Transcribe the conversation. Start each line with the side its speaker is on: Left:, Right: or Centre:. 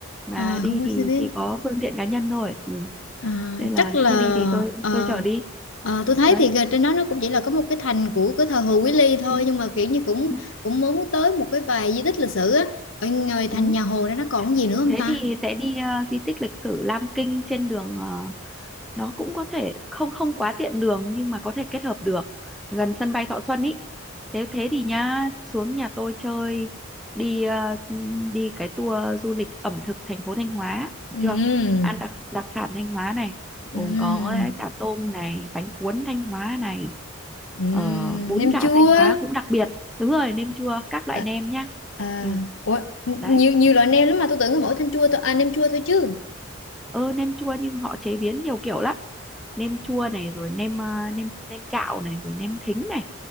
Centre: mà
Left: À
Centre: đi
Left: không có
Centre: thì
Left: xe buýt.
Centre: chỉ có phương tiện cá nhân thôi ừ.
Left: À,
Centre: nên là
Left: chắc
Centre: nếu
Left: là
Centre: mà đi thì tôi
Left: ờ,
Centre: tôi chở đi
Left: ờ, tôi thấy
Centre: đấy
Left: thì trên đó nó cũng chỉ là có một cái thành của cái thờ Hồ Quý Ly thôi
Centre: ừ.
Left: nhưng mà kiểu như cũng
Centre: Ừ.
Left: cũng muốn tới một cái vài di tích lịch sử á ở ngoài thành
Centre: Ừ.
Left: nhà Hồ ra nó còn gì nữa không
Centre: thế
Left: ta
Centre: thì sẽ đi ờ, di tích lịch sử Lam Kinh trên đường ờ, nó cũng có thể không không quá tiện đường nhưng mà có thể kết hợp được gần sân bay Thọ Xuân ý nếu thế thì nhá xuống nhà tôi chơi đi ờ, đi cái tour du lịch ẩm thực thành phố Thanh Hóa được
Left: Ừm,
Centre: chưa ăn đặc đặc sản Thanh Hóa này
Left: ừm,
Centre: gồm có chả tôm này bánh cuốn Thanh Hóa này
Left: ừm,
Centre: ờ, bún
Left: nem
Centre: chả
Left: chua
Centre: Thanh Hóa cũng đặc biệt đúng rồi nêm chua các loại
Left: à,
Centre: nêm nhá
Left: à,
Centre: ừ
Left: ủa, nhiều
Centre: đấy
Left: nhiều loại nem lắm mà tôi tưởng có mỗi thanh chua thôi à, nem chua thôi chứ
Centre: ơ nem chua nhưng họ chế biến nhiều kiểu lắm nem chua này rồi nem ờ, nem nem chạo này rồi nem thính này